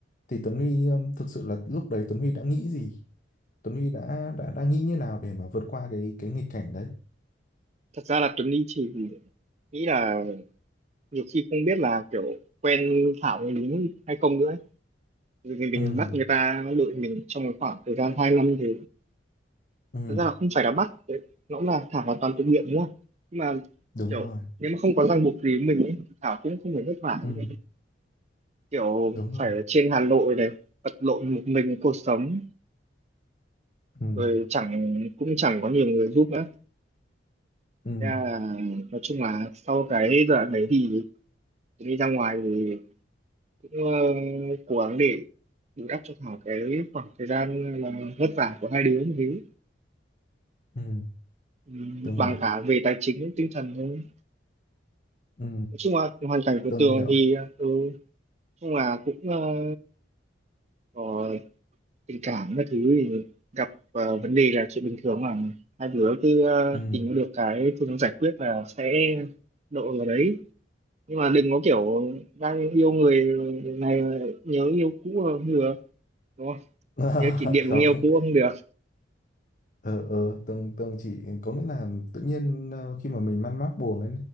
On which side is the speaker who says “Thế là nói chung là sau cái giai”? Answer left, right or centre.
Right